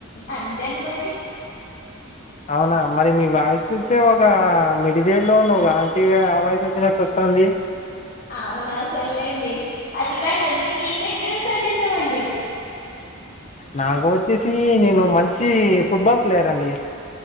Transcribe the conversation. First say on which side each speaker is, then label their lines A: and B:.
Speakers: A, on the left; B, on the left.
A: అంతే అనుకోండి
B: అవునా మరి మీ వాయిస్ చూస్తే ఒక మిడిదేళ్లోన్న ఒక ఆంటీ ఆ వాయిసు వచ్చినట్టు వస్తుంది
A: అవునా సరలేండి అది కాండడి మీకే గేమ్స్ అంటే ఇష్టమ అండి
B: నాకు వచ్చేసి నేను మంచి ఫుట్బాల్ ప్లేయర్ అండి